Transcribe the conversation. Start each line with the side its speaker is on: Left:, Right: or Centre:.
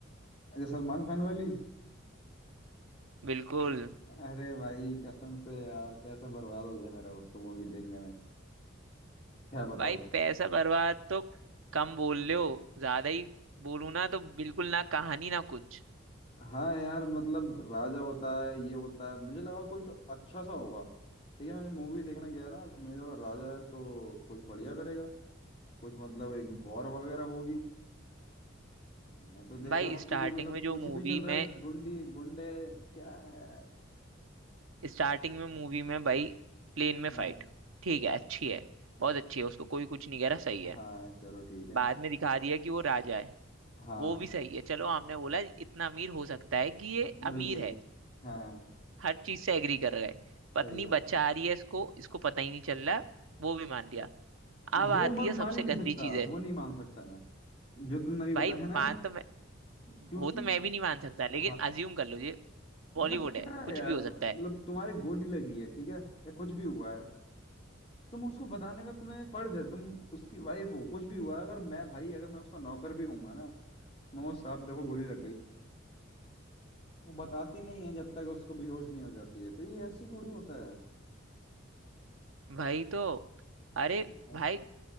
Left: अच्छा सलमान खान वाली
Right: बिल्कुल
Left: अरे भाई कसम से यार पैसा बर्बाद हो गया मेरा उसको मूवी देखने में क्या बताऊं
Right: भाई पैसा बर्बाद तो कम बोल रहे हो ज्यादा ही बोलूं ना तो बिल्कुल ना कहानी ना कुछ
Left: हाँ यार मतलब राजा होता है ये होता है मुझे लगा कुछ अच्छा सा होगा ठीक है मैं जब मूवी देखने गया ना तो मुझे लगा राजा है तो कुछ बढ़िया करेगा कुछ मतलब एक वॉर वगैरह होगी मैं तो देख
Right: भाई
Left: रहा हूँ
Right: स्टार्टिंग
Left: कि मतलब
Right: में जो
Left: कुछ
Right: मूवी
Left: भी चल रहा
Right: में
Left: है गुंडी गुंडे क्या है यार
Right: स्टार्टिंग में मूवी में भाई प्लेन में
Left: हाँ
Right: फाइट ठीक है अच्छी है बहुत अच्छी है उसको कोई कुछ नहीं कह रहा सही है
Left: हाँ चलो ठीक है
Right: बाद में दिखा दिया कि वो राजा है
Left: हाँ
Right: वो भी सही है चलो हमने बोला इतना अमीर हो सकता है कि ये
Left: बिल्कुल
Right: अमीर है
Left: हाँ हाँ,
Right: हर चीज से एग्री कर गए पत्नी
Left: सही बात
Right: बच्चा
Left: है
Right: आ रही है इसको इसको पता ही नहीं चल रहा वो भी मान लिया अब
Left: वो
Right: आती
Left: मैं
Right: है सबसे
Left: मान ही नहीं सकता
Right: गंदी चीज है
Left: वो नहीं मान सकता मैं जो तुमने अभी बताया
Right: भाई मान
Left: ना
Right: तो मैं
Left: क्योंकि
Right: वो तो मैं भी नहीं मान सकता लेकिन
Left: हाँ
Right: अज्यूम कर लो ये बॉलीवुड
Left: मतलब
Right: है
Left: क्या
Right: कुछ
Left: है यार
Right: भी हो
Left: मतलब
Right: सकता है
Left: तुम्हारे गोली लगी है ठीक है या कुछ भी हुआ है तुम उसको बताने का तुम्हें फर्ज है तुम उसकी वाइफ हो कुछ भी हुआ है, अगर मैं भाई अगर मैं उसका नौकर भी हूंगा ना मैं वो साहब देखो गोली लग गई वो बताती नहीं है जब तक उसको बेहोश नहीं हो जाती है तो ये ऐसे थोड़ी होता है
Right: भाई तो अरे
Left: हाँ
Right: भाई